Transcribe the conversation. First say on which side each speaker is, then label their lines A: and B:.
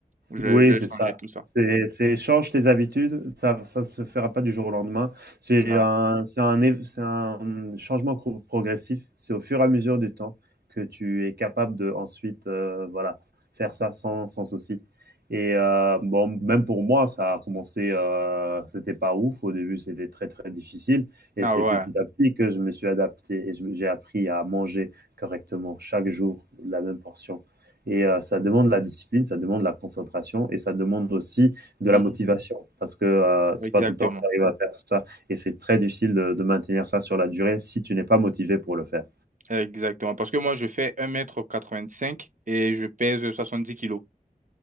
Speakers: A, on the right; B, on the right.
A: Je
B: Oui,
A: vais, je vais
B: c'est
A: changer
B: ça.
A: tout ça.
B: C'est c'est change tes habitudes, ça ça se fera pas du jour au lendemain. C'est
A: Ouais.
B: un c'est un é c'est un, mmh, changement pro progressif. C'est au fur et à mesure du temps que tu es capable de ensuite, heu, voilà, faire ça sans sans souci et heu, bon, même pour moi, ça a commencé, heu, c'était pas ouf. Au début, c'était très, très difficile et
A: Ah
B: c'est
A: ouais.
B: petit à petit que je me suis adapté et je me j'ai appris à manger correctement chaque jour la même portion. Et euh, ça demande la discipline, ça demande la concentration et ça demande aussi de la
A: Mhm.
B: motivation parce que euh, c'est
A: Exactement.
B: pas tout le temps que tu arrives à faire ça et c'est très difficile de, de maintenir ça sur la durée si tu n'es pas motivé pour le faire.
A: Exactement. Parce que moi, je fais un mètre quatre-vingt-cinq et je pèse soixante-dix kilos